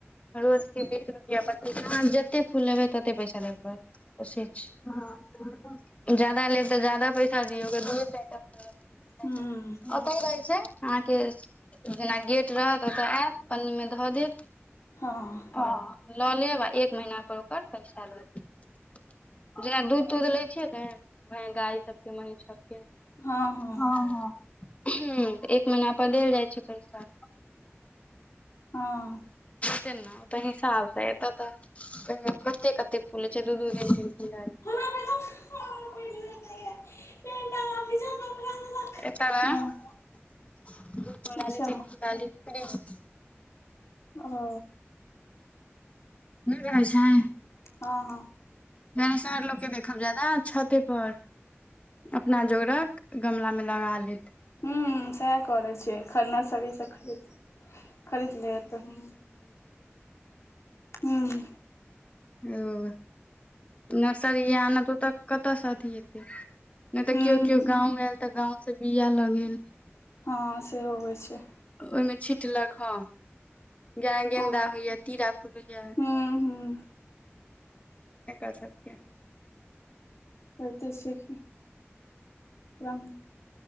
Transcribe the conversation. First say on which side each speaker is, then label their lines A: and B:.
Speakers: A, on the left (about 30°); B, on the left (about 85°).
A: रोजके बीस रुपैआ पचीस अहाँ जतेक फूल लेबै तते पैसा देबऽ पड़त। ओ से छै। जादा लेब तऽ जादा पैसा दियौ, दूये चैऽटा फूल लेब तऽ
B: हूँ
A: दूये चैऽटा रहै छै अहाँके जेना गेट रहत ओतय एत पन्नी मे धऽ देत।
B: हंऽ।
A: ह लऽ लेब आ एक महीना पर ओकर पैसा दऽ देब। जेना दूध- तूध लै छियै ने, गाय सबके महीस सबके।
B: हँ हँ
A: अह एक महीना पर देल जाइ छै पैसा।
B: हां।
A: तेना हिसाबसँ ए तऽ कते- कते फूल छै दू -दू तीन-तीन डाली।
B: <unintelligible>
A: <inaudible>
B: हँ अच्छा ओ।
A: नै रहै छै।
B: हं - हं।
A: जनीसार लोक के देखब जादा छते पर। अपना जोगरक गमला में लगा लेत।
B: हूं सैह करै छै। खरना सब इसब खरीद खरीद ले तऽ हू। हूं।
A: ओ नर्सरी आन तऽ ओतऽ कतऽसँ अथी हेते। नै तऽ
B: हूं
A: कियो -कियो गाँंव आयल तऽ गाँंव से बिया लऽ गेल।
B: हं सेहो होइ छै।
A: ओइमे छिटलक ह, जेना गेन्दा
B: हँ
A: होइएा तीरा फूल होइए।
B: हूं हूं
A: एकर सबके
B: होयते छै कि रंग